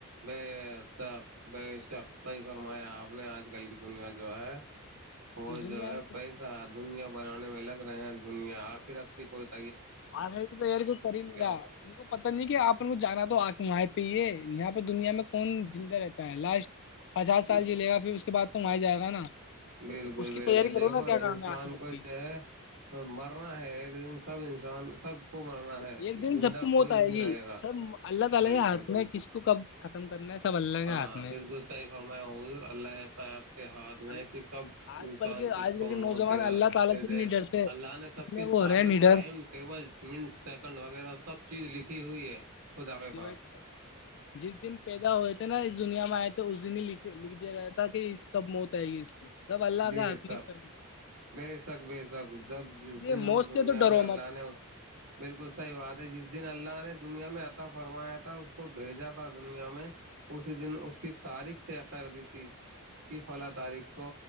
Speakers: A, on the right; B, on the left.
A: میں سر میں میں اپ نے اج کل کی دنیا جو ہے وہ
B: دنیا
A: جو ہے
B: میں
A: پیسہ دنیا بنانے میں لگ رہے ہیں دنیا آخر رکھتی پہتی
B: آخری کی تیاری کو کر ہیا
A: ہوگا
B: ان کو پت نہیں کہ آپ ان کو جانا تو آکھ <inaudible> یہاں پر دنیا میں کون زندہ رہتا ہے لاسٹ پچاس سال جیلے گا پھر اس کے بعد کم آ ہی جائے گا نا
A: بالکل
B: اس کی
A: بالکل
B: تیاری کرو
A: دیکھو
B: نا کیا
A: انسان
B: کام ہے آخرت
A: کو جو
B: کی
A: ہے مرنا ہے ایک دن سب انسان سب کو مرنا ہے
B: ایک دن
A: زندہ
B: جب تم
A: کوئی
B: ہوتا
A: نہیں
B: ہے گی
A: رہے گا
B: سر اللہ تعالی
A: بالکل
B: کے ہاتھ میں کس کو ختم کرنا ہے سب اللہ کے
A: ہاں
B: ہاتھ میں
A: بالکل
B: ہے۔
A: صحیح فرمایا ہو اللہ <inaudible> کے ہاتھ میں
B: اب
A: کہ کب
B: آج
A: انسان
B: کل کے
A: کس
B: آج
A: کو
B: کل کے
A: موت
B: نوجوان
A: دے
B: اللہ
A: رکھتے
B: تعالی سے بھی
A: دے
B: نہیں ڈرتے اتنے
A: اللہ نے سب کی
B: وہ
A: تاریخ
B: ہو رہے ہیں نڈر
A: ٹائم ٹیبل منٹ سیکنڈ وغیرہ سب چیز لکھی ہوئی ہے خدا کے
B: <unintelligible>
A: پاس
B: جس دن پیدا ہوئے تھے نا اس دنیا میں آئے تھے اس دن ہی لکھ دیا گیا تھا کہ اس کب موت آئے گی اس کو سب اللہ
A: جی
B: کے ہاتھ
A: سک
B: میں اس
A: بے شک بے شک جب جس
B: لیے
A: دن
B: موت
A: وہ دنیا
B: سے تو ڈرو
A: میں اللہ
B: مت
A: نے بالکل صحیح بات ہے جس دن اللہ نے دنیا میں آتا <unintelligible> فرمایا تھا اس کو بھیجا تھا دنیا میں اسی دن اس کی تاریخ طے کر دی تھی کہ فلاں تاریخ کو